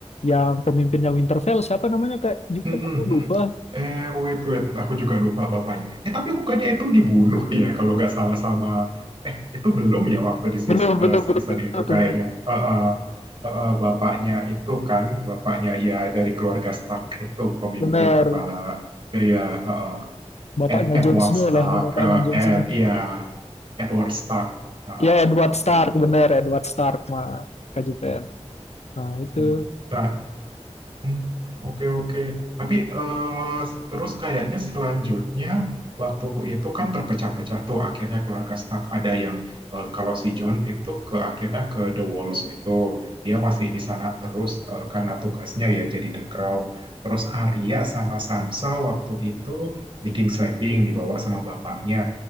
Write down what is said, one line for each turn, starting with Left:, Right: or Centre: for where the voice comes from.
Left: yang pemimpinnya Winterfell siapa namanya Kak Juven
Right: Hmm, hmm.
Left: aku
Right: hmm.
Left: lupa
Right: hmm. Eh, wait wait, aku juga lupa bapaknya. Eh, tapi bukannya itu dibunuh ya kalau nggak salah sama eh itu belum ya waktu di seas-
Left: belum belum belum
Right: eh, season
Left: belum
Right: itu
Left: tuh
Right: kayaknya. Heeh. Heeh, bapaknya itu kan bapaknya ya dari keluarga Stark itu pemimpin
Left: benar
Right: kepala eh, ya heeh.
Left: bapaknya
Right: Ed Edward
Left: Jon Snow
Right: Stark,
Left: lah bapaknya
Right: eh,
Left: Jon
Right: Ed
Left: Snow
Right: ya Edward Stark heeh,
Left: ya Edward
Right: waktu
Left: Stark
Right: itu.
Left: bener Edward Stark mah Kak Juven nah itu
Right: Hmm. Nah, Hmm, Oke oke, Tapi eh, terus kayaknya selanjutnya waktu itu kan terpecah-pecah tuh akhirnya keluarga Stark ada yang eh, kalau si John itu ke akhirnya ke The Walls itu dia masih di sana terus eh, karena tugasnya ya jadi The Crow. Terus Arya sama Sansa waktu itu di King's Landing dibawa sama bapaknya.